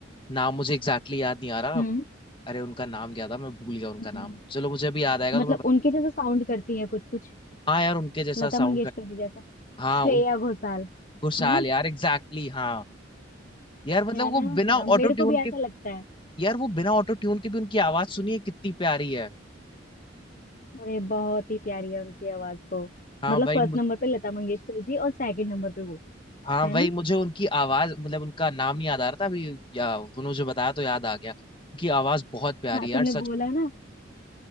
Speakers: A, on the left (about 25°); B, on the left (about 45°).
A: नाम मुझे एग्जैक्टली याद नहीं आ रहा
B: हम्म
A: अरे उनका नाम क्या था मैं भूल गया उनका
B: हम्म,
A: नाम
B: हम्म।
A: चलो मुझे अभी याद आएगा
B: मतलब
A: तो मैं बता-
B: उनके जैसा साउंड करती है कुछ कुछ
A: हाँ यार उनके जैसा
B: लता
A: साउंड
B: मंगेशकर
A: कर
B: जी जैसा
A: हाँ
B: श्रेया घोषाल
A: खुशहाल
B: है ना
A: यार एग्जैक्टली exactly, हाँ यार मतलब
B: है
A: वो
B: ना
A: बिना
B: हाँ मेरे
A: ऑटो ट्यून
B: को भी ऐसा
A: के
B: लगता है
A: यार वो बिना ऑटो ट्यून के भी उनकी आवाज सुनिए कितनी प्यारी है
B: अरे बहुत ही प्यारी है उनकी आवाज तो
A: हाँ
B: मतलब
A: भाई
B: फर्स्ट
A: मुझ,
B: नंबर पे लता मंगेशकर जी और सेकंड नंबर पे वो
A: हाँ
B: है
A: भाई
B: ना
A: मुझे उनकी आवाज मतलब उनका नाम नहीं याद आ रहा था अभी या तूने मुझे बताया तो याद आ गया उनकी आवाज बहुत प्यारी
B: हाँ
A: है यार
B: तुमने
A: सच
B: बोला ना